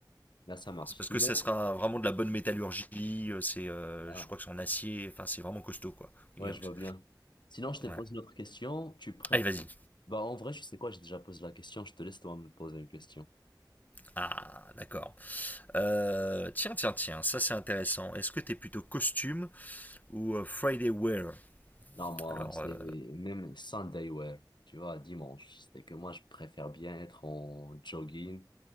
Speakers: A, on the left (about 75°); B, on the left (about 20°).
A: Là, ça marche.
B: C'est parce
A: Sinon,
B: que ça sera vraiment de la bonne métallurgie, euh, c'est, euh,
A: ah,
B: je crois que c'est en acier, enfin c'est vraiment costaud quoi,
A: ouais,
B: inox.
A: je vois bien. Sinon, je te pose
B: Ouais.
A: une autre question. Tu préfères.
B: Allez vas-y.
A: Bah, en vrai, je sais quoi, j'ai déjà posé la question. Je te laisse toi me poser une question.
B: Ah d'accord. Euh, tiens tiens tiens, ça c'est intéressant. Est-ce que t'es plutôt costume ou euh, Friday wear
A: Non, moi,
B: Alors
A: c'est
B: euh,
A: même Sunday wear. Tu vois, dimanche. C'est que moi, je préfère bien être en jogging